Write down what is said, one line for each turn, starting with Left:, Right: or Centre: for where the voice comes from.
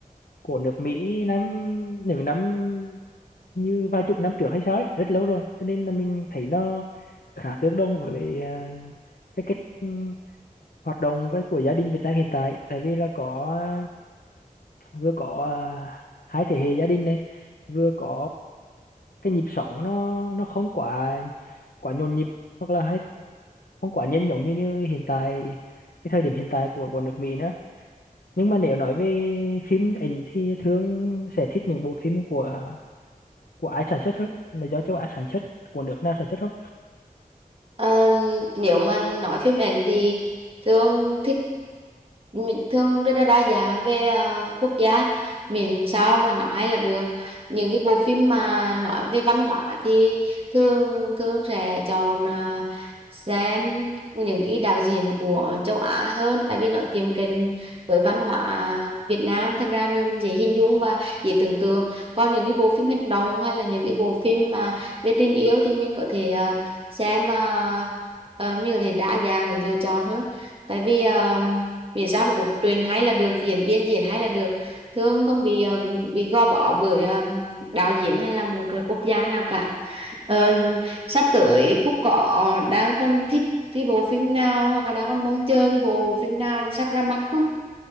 Left: của nước Mỹ năm những năm như vài chục năm trước hay sao ấy rất lâu rồi cho nên là mình thấy nó khá tương đồng với à, cái cách ừm, hoạt động cái của gia đình Việt Nam hiện tại tại vì là có à, vừa có à, hai thế hệ gia đình này vừa có cái nhịp sống nó nó không quá quá nhộn nhịp hoặc là hay không quá nhanh giống như như hiện tại cái thời điểm hiện tại của của nước Mỹ nữa nhưng mà nếu nói về phim ảnh thì thường sẽ thích những bộ phim của của ai sản xuất hết là do châu Á sản xuất của nước nào sản xuất không
Right: Ờ, nếu mà nói phim ảnh thì thường thích mình thường rất là đa dạng về ờ, quốc gia miễn sao mà nó hay là được những cái bộ phim mà nói về văn hóa thì thường thường sẽ chọn ờ, xem những cái đạo diễn của châu Á hơn tại vì nó tiệm cận với văn hóa Việt Nam thành ra mình dễ hình dung và dễ tưởng tượng còn những cái bộ phim hành động hay là những cái bộ phim mà về tình yêu thì mình có thể ờ, xem ờ, ờ, mình có thể đa dạng để lựa chọn hơn tại vì ờ, vì sao một cốt truyện hay là được diễn viên diễn hay là được thường không bị ờ, bị gò bó bởi ờ, đạo diễn hay là một quốc gia nào cả Ờ, sắp tới Phúc có đang còn thích cái bộ phim nào hoặc là đang còn mong chờ cái bộ phim nào sắp ra mắt không